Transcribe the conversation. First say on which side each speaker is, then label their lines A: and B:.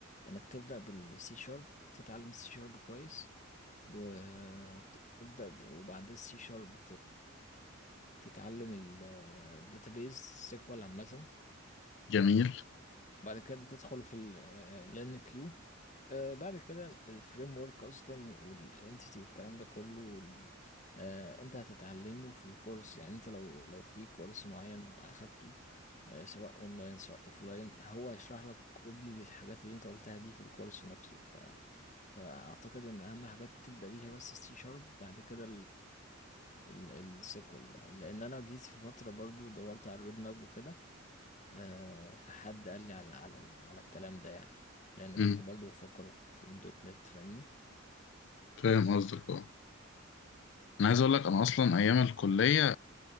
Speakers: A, on the left (about 35°); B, on the left (about 60°).
A: انك تبدا بالسي شارب تتعلم السي شارب كويس وتبدا ب- وبعد السي شارب تتعلم الداتابيز سيكوال عامه
B: جميل
A: بعد كده تدخل في الان كيو آه، بعد كده الفريم ورك اصلا والانتيتي والكلام ده كله وال- آه، انت هتتعلمه في الكورس يعني انت لو لو في كورس معين اخدته آه، سواء اونلاين سواء اوفلاين هو هيشرح لك كل الحاجات اللي انت قلتها دي في الكورس نفسه ف فاعتقد ان اهم حاجات تبدا بيها بس السي شارب بعد كده السيكوال لان انا جيت في فتره برضو دورت على الرود ماب وكده آه، فحد قال لي على على على الكلام ده يعني لان
B: امم
A: كنت برضو بفكر في الدوت نت فاهمني
B: فاهم قصدك اه انا عايز اقول لك انا اصلا ايام الكليه